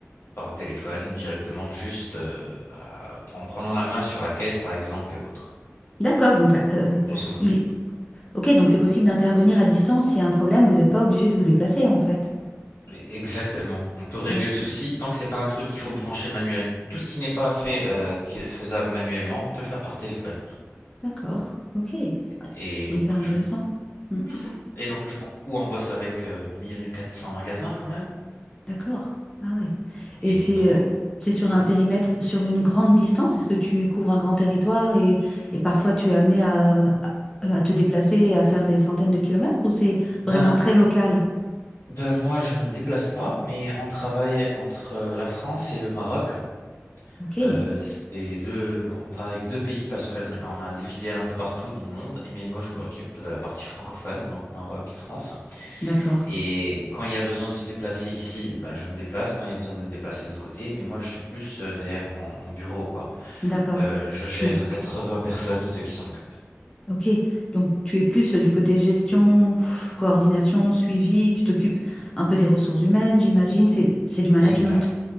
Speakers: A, on the left; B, on the left.
A: par téléphone directement, juste euh, à- en prenant la main sur la caisse, par exemple, et autres.
B: D'accord, donc euh,
A: Grosso modo.
B: il... Ok, donc c'est possible d'intervenir à distance. S'il y a un problème, vous n'êtes pas obligé de vous déplacer, en fait.
A: Mais Exactement. On peut régler
B: D'accord,
A: le souci tant que c'est pas un truc qu'il faut brancher manuel. Tout ce qui n'est pas fait, euh, qui est faisable manuellement, on peut le faire par téléphone.
B: d'accord, ok.
A: Et
B: C'est
A: donc,
B: hyper intéressant.
A: du
B: Mmh.
A: Mhm. Et donc, du coup, on bosse avec euh, 1400 magasins quand même.
B: D'accord. Ah ouais.
A: Et
B: Et c'est
A: donc,
B: euh, c'est sur
A: mhm.
B: un périmètre, sur une grande distance? Est-ce que tu couvres un grand territoire et, et parfois tu es amené à, à, à te déplacer et à faire des centaines de kilomètres ou c'est
A: Ben,
B: vraiment très local?
A: ben moi, je me déplace pas, mais on travaille entre euh, la France et le Maroc.
B: Ok.
A: Euh, c'est deux, on travaille avec deux pays parce qu'on on a des filiales un peu partout dans le monde. Et mais moi, je m'occupe de la partie francophone, donc Maroc et France.
B: D'accord.
A: Et quand il y a besoin de se déplacer ici, ben, je me déplace. Quand il y a besoin de me déplacer de l'autre côté, mais moi, je suis plus euh, derrière mon, mon bureau, quoi.
B: D'accord.
A: Euh, je
B: Tu...
A: gère 80 personnes, ceux qui s'en occupent.
B: Ok. Donc tu es plus euh, du côté gestion, pff, coordination, suivi. Tu t'occupes un peu des ressources humaines, j'imagine. C'est c'est du management.
A: Exact,